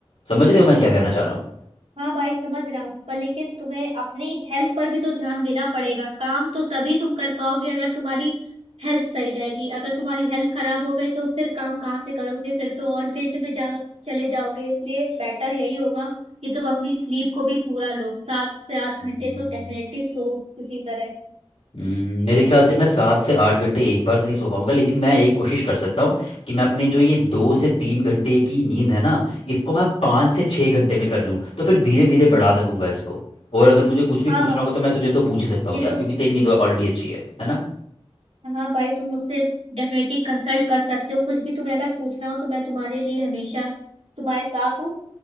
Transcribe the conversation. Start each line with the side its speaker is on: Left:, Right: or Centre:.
Left: समझ रहे हो मैं क्या कहना चाह रहा हूँ
Right: हाँ भाई समझ रहा हूँ पर लेकिन तुम्हें अपनी हेल्थ पर भी तो ध्यान देना पड़ेगा काम तो तभी तुम कर पाओगे अगर तुम्हारी हेल्थ सही रहेगी अगर तुम्हारी हेल्थ खराब हो गई तो फिर काम कहाँ से करोगे फिर तो और गिल्ट में जा चले जाओगे इसलिए बेटर यही होगा कि तुम अपनी स्लीप को भी पूरा लो सात से आठ
Left: हम्म।
Right: घंटे तो डेफिनेटली सो किसी तरह
Left: हम्म, मेरे ख्याल से मैं सात से आठ घंटे एक बार तो नहीं सो पाऊंगा लेकिन मैं एक कोशिश कर सकता हूँ कि मैं अपने जो ये दो से तीन घंटे की नींद है ना इसको मैं पाँच से छः घंटे में कर लूँ तो फिर धीरे धीरे बढ़ा सकूंगा इसको और अगर मुझे कुछ भी
Right: हाँ
Left: पूछना
Right: भाई
Left: होगा तो मैं तुझे तो पूछ ही सकता हूँ
Right: ये
Left: यार
Right: तो
Left: क्योंकि तेरी नींद ऑलरेडी अच्छी है है ना
Right: हाँ भाई तुम मुझसे डेफिनेटली कंसल्ट कर सकते हो कुछ भी तुम्हें अगर पूछना हो तो मैं तुम्हारे लिए हमेशा तुम्हारे साथ हूँ